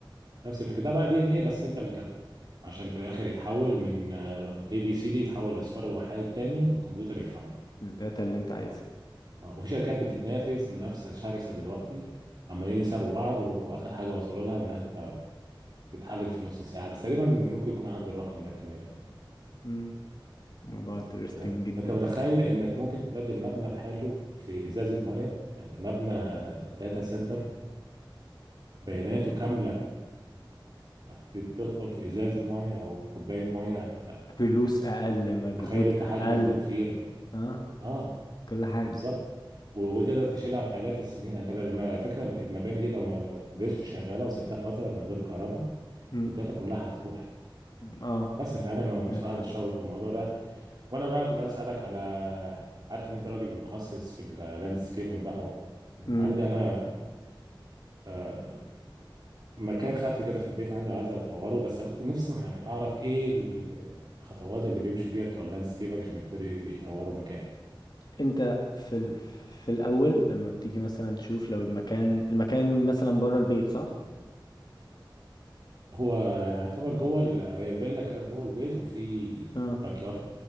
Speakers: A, on the right (about 50°); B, on the left (about 55°).
A: نفس الفكره ده بقى دي ان ايه بس انت اللي كاتبه عشان في الاخر يتحول من اي بي سي دي يتحول لاصفار وحايد تاني والكمبيوتر يفهمه
B: الداتا اللي انت عايزها
A: اه، وشركات بتتنافس منافسه شرسه دلوقتي عمالين يسابقوا بعض واخر حاجه وصلوا لها انها تبقى تتحلل في نص ساعه بس تقريبا ممكن يكون عدوا الرقم ده كمان يعني
B: مم. موضوع انترستنج
A: تمام
B: جدا
A: فانت متخيل انك ممكن تبدل مبنى بحاله في ازازه ميه يعني مبنى داتا سنتر بياناته كامله تدخل في ازازه ميه او كوبايه ميه يعني
B: فلوس اقل مجهود
A: فمتخيل انت
B: اقل
A: حجم التوفير
B: اه
A: اه
B: كل حاجه
A: بالظبط و- وتقدر تشيلها الاف السنين انت لما- على فكره المباني دي لو ما لو فضلت شغاله وسبتها فتره من غير كهرباء
B: مم.
A: الداتا كلها هتروح
B: اه
A: بس فانا انا
B: سمعت
A: بصراحه
B: كده.
A: متشوق للموضوع ده وانا بقى كنت عايز اسالك على عارف ان انت راجل متخصص في اللاندسكيبنج بقى و... عندي
B: مم.
A: انا آه، مكان خلفي كده في البيت عندي وعايز اطوره بس كنت نفسي يعني اعرف ايه الخطوات اللي بيمشي فيها بتوع اللاندسكيب عشان يبتدي يطوروا مكان
B: انت في ال... في الاول لما بتيجي مثلا تشوف لو المكان المكان مثلا بره البيت صح
A: هو يعني يعتبر جوه ال- هي فيلا كده جوه البيت وفي
B: اه
A: باك يارد